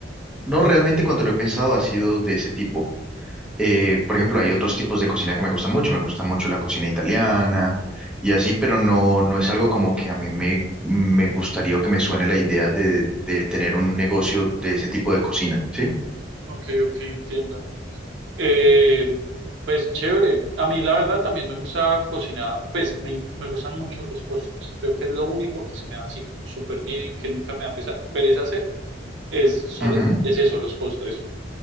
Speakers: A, in the centre; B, on the right.
A: No realmente cuando lo he pensado ha sido de ese tipo Eh, por ejemplo, hay otros tipos de cocina que me gustan mucho. Me gusta mucho la cocina italiana y así, pero no, no es algo como que a mí me, me gustaría o que me suene la idea de, de tener un negocio de ese tipo de cocina, ¿sí?
B: Ok, ok, entiendo. Eh, pues chévere. A mí la verdad también me gusta cocinar, pues me, me gustan mucho los postres. Creo que es lo único que se me da así como súper bien, que nunca me da pesa- pereza hacer, es, son,
A: Ujú.
B: lo- es eso, los postres.